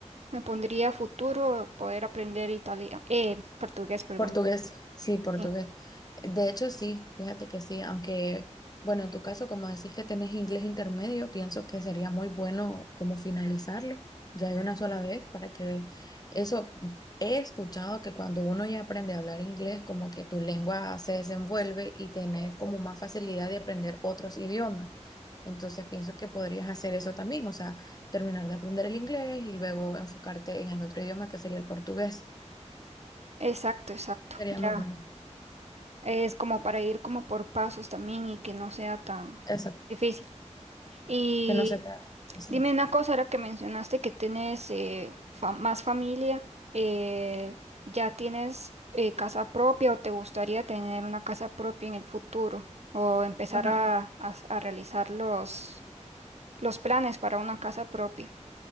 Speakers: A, on the right; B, on the left.
A: me pondría a futuro poder aprender italiano, eh, portugués, perdón.
B: Portugués, sí, portugués.
A: Sí,
B: De hecho, sí, fíjate que sí, aunque, bueno, en tu caso, como decís que tenés inglés intermedio, pienso que sería muy bueno como finalizarlo ya de una sola vez para que eso, he escuchado que cuando uno ya aprende a hablar inglés, como que tu lengua se desenvuelve y tenés como más facilidad de aprender otros idiomas. Entonces, pienso que podrías hacer eso también, o sea, terminar de aprender el inglés y luego enfocarte en el otro idioma que sería el portugués.
A: exacto, exacto.
B: Sería
A: Ya.
B: muy bueno.
A: Es como para ir como por pasos también y que no sea tan
B: Exacto.
A: difícil. Y
B: que no se trata. eso.
A: dime una cosa, ahora que mencionaste que tienes eh, fa- más familia, eh, ¿ya tienes eh, casa propia o te gustaría tener una casa propia en el futuro o empezar
B: Bueno,
A: a, a- a realizar los, los planes para una casa propia?